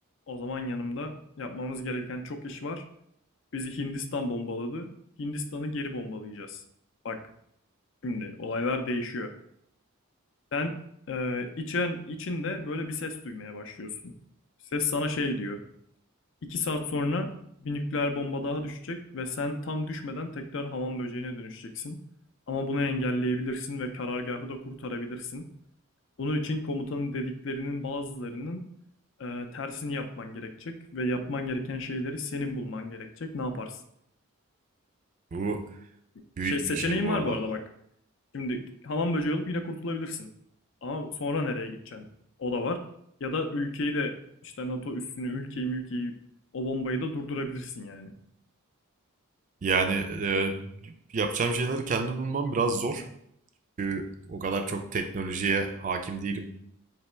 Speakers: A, on the left; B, on the right.
A: O zaman yanımda yapmamız gereken çok iş var. Bizi Hindistan bombaladı. Hindistan'ı geri bombalayacağız. Bak şimdi olaylar değişiyor. Sen e, içen içinde böyle bir ses duymaya başlıyorsun. Ses sana şey diyor. İki saat sonra bir nükleer bomba daha düşecek ve sen tam düşmeden tekrar hamam böceğine dönüşeceksin. Ama bunu engelleyebilirsin ve karargahı da kurtarabilirsin. Bunun için komutanın dediklerinin bazılarının e, tersini yapman gerekecek ve yapman gereken şeyleri senin bulman gerekecek. Ne yaparsın?
B: Bu
A: Şey,
B: büyük
A: seçeneğin
B: bir şey bu
A: var
B: arada.
A: bu arada bak. Şimdi hamam böceği olup yine kurtulabilirsin. Ama sonra nereye gideceksin? O da var. Ya da ülkeyi de işte NATO üssünü, ülkeyi mülkeyi o bombayı da durdurabilirsin yani.
B: Yani e, yapacağım şeyleri kendim bulmam biraz zor. Çünkü o kadar çok teknolojiye hakim değilim.